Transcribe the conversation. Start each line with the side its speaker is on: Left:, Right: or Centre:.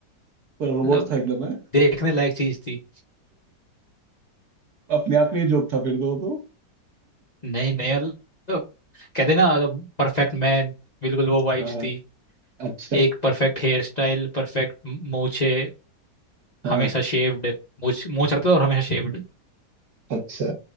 Right: रोबोट
Left: मतलब
Right: था एकदम है
Left: देखने लायक चीज थी
Right: अपने आप में ही जोक था फिर तो, वो तो
Left: नहीं नहीं मतलब कहते ना परफेक्ट मैन बिल्कुल वो वाइब्स
Right: हाँ हाँ,
Left: थी
Right: अच्छा
Left: एक परफेक्ट हेयर स्टाइल परफेक्ट मूछे
Right: हाँ
Left: हमेशा शेव्ड मूछ मूछ रखता था और हमेशा शेव्ड
Right: अच्छा